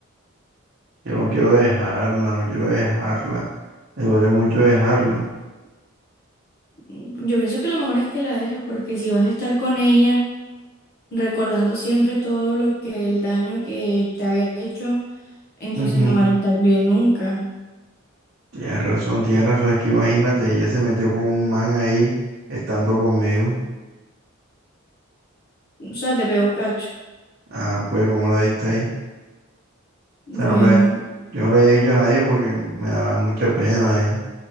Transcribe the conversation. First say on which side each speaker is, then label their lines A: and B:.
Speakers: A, on the right (about 50°); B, on the left (about 50°).
A: Yo no quiero dejarla, no quiero dejarla. Me duele mucho dejarla.
B: Yo pienso que lo mejor es que la dejes porque si vas a estar con ella. recordando siempre todo lo que el daño que te ha hecho, entonces
A: Ujú,
B: no van a estar bien nunca.
A: Tienes razón, tienes razón. Es que imagínate, ella se metió con un man ahí, estando conmigo.
B: O sea, te pego cacho.
A: Ah, pues, ¿cómo la viste ahí?
B: Bueno,
A: O sea, no le, yo no le había dicho a nadie porque me da mucha pena, eh,